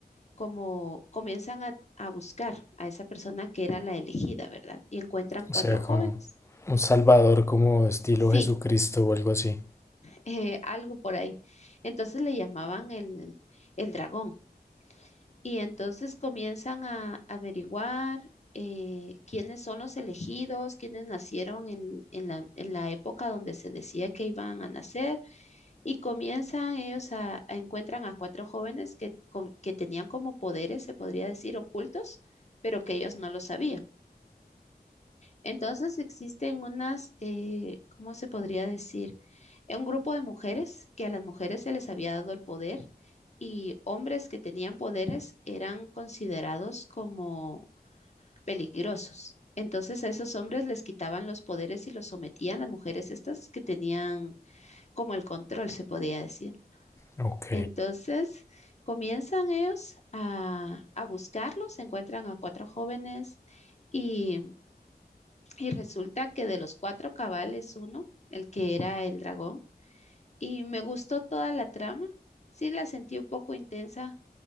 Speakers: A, on the left; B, on the left.
A: como comienzan a, a buscar a esa persona que era la elegida, ¿verdad? Y encuentran cuatro
B: O sea,
A: jóvenes.
B: como un salvador como estilo
A: Sí,
B: Jesucristo o algo así.
A: eh, algo por ahí. Entonces le llamaban el, el dragón. Y entonces comienzan a averiguar eh, quiénes son los elegidos, quiénes nacieron en, en la, en la época donde se decía que iban a nacer. Y comienzan ellos a, a encuentran a cuatro jóvenes que, co- que tenían como poderes, se podría decir, ocultos, pero que ellos no lo sabían. Entonces existen unas, eh, ¿cómo se podría decir? Eh, Un grupo de mujeres que a las mujeres se les había dado el poder y hombres que tenían poderes eran considerados como peligrosos. Entonces a esos hombres les quitaban los poderes y los sometían las mujeres estas que tenían como el control, se podía decir.
B: Ok.
A: Entonces comienzan ellos a, a buscarlos, encuentran a cuatro jóvenes y y resulta que de los cuatro cabales uno, el que era el dragón, y me gustó toda la trama. Sí, la sentí un poco intensa,